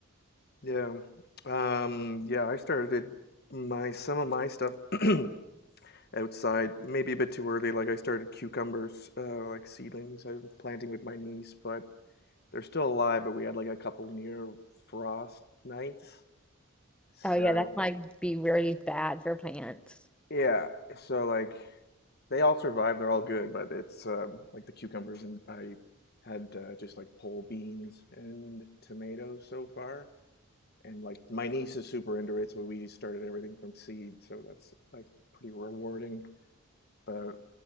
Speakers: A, on the left (about 50°); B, in the centre.
A: Yeah. Um, yeah, I started my some of my stuff <clears throat> outside, maybe a bit too early. Like I started cucumbers, uh, like seedlings I'm planting with my niece, but they're still alive, but we had like a couple near frost nights. So
B: Oh yeah, that might be really bad for plants.
A: Yeah, so like they all survive, they're all good, but it's um, like the cucumbers and I had uh, just like pole beans and tomatoes so far. And like my niece is super into it, so we just started everything from seed, so that's like pretty rewarding. But